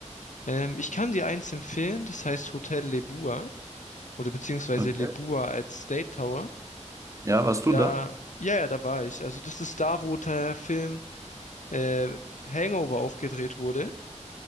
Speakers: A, on the left (about 85°); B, on the right (about 25°).
A: ähm, ich kann dir eins empfehlen, das heißt Hotel Lebua oder beziehungsweise
B: Okay.
A: Lebua als State Tower.
B: Ja, warst du
A: Da,
B: da?
A: ja, ja, da war ich. Also das ist da, wo der Film äh, Hangover auch gedreht wurde.